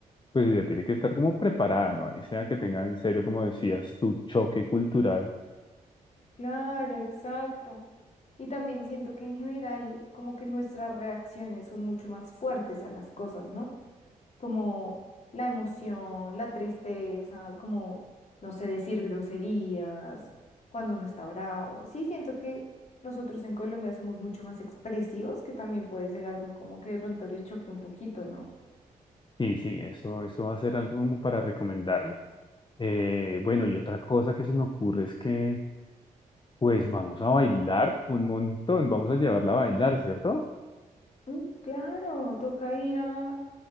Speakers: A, on the left; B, on the left.
A: pues ella tiene que estar como preparada, ¿no? Ahí sea que tenga en serio, como decías, tu choque cultural.
B: Claro, exacto. Y también siento que en general como que nuestras reacciones son mucho más fuertes a las cosas, ¿no? como la emoción, la tristeza, como, no sé, decir groserías, cuando uno está bravo. Sí, siento que nosotros en Colombia somos mucho más expresivos, que también puede ser algo como que de pronto les choque un poquito, ¿no?
A: Sí, sí, eso, eso va a ser algo como para recomendarle. Eh, bueno, y otra cosa que se me ocurre es que, pues vamos a bailar un montón, vamos a llevarla a bailar, ¿cierto?
B: Mm, Claro, toca ir a,